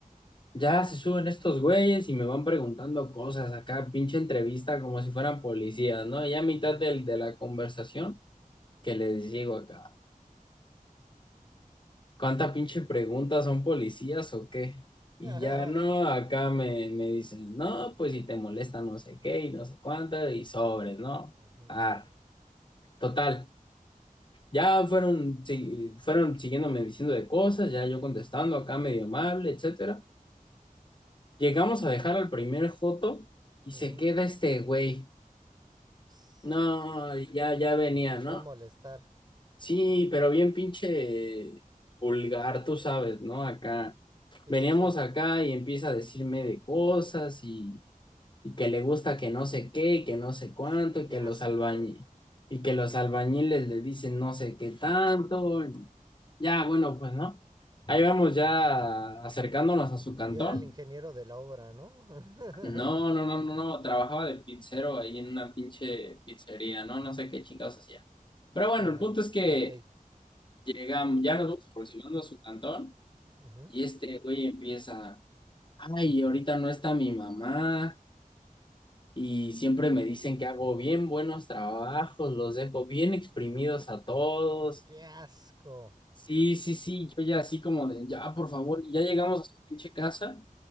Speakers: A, on the left; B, on the right.
A: Ya se suben estos güeyes y me van preguntando cosas acá, pinche entrevista como si fueran policías, ¿no? Ya a mitad
B: Ujú.
A: del- de la conversación que les digo acá. ¿cuánta pinche pregunta son policías o qué? Y
B: <laughs>
A: ya no, acá me, me dicen, no, pues si te molesta no sé qué y no sé cuánto y sobres, ¿no?
B: Ujú,
A: Ah, total. Ya fueron, sí, fueron siguiéndome diciendo de cosas, ya yo contestando acá medio amable, etcétera. Llegamos a dejar al primer joto y
B: ujú.
A: se queda este güey.
B: Ts-
A: No, ya, ya venía,
B: Empezó
A: ¿no?
B: a molestar.
A: Sí, pero bien pinche vulgar, tú sabes, ¿no? Acá
B: Sí,
A: veníamos
B: sí, sí.
A: acá y empieza a decirme de cosas y, y que le gusta que no sé qué, y que no sé cuánto,
B: Tss,
A: y
B: Qué
A: que
B: asco.
A: los albañiles, y que los albañiles
B: Mm,
A: le dicen no sé qué tanto. Ya, bueno, pues no. Ahí vamos
B: Y,
A: ya acercándonos a su
B: y
A: cantón.
B: era el ingeniero de la obra, ¿no? <laughs>
A: No, no, no, no, no, trabajaba de pizzero ahí en una pinche pizzería, ¿no? No sé qué chingados hacía. Pero bueno,
B: Ajá,
A: el punto es que
B: ok.
A: Llegan, ya nos vamos aproximando a su cantón
B: Ujú.
A: y este güey empieza, ay, ahorita no está mi mamá y siempre me dicen que hago bien buenos trabajos, los dejo bien exprimidos a todos.
B: Qué asco.
A: Sí, sí, sí, yo ya así como de, ya, por favor, ya llegamos a su pinche casa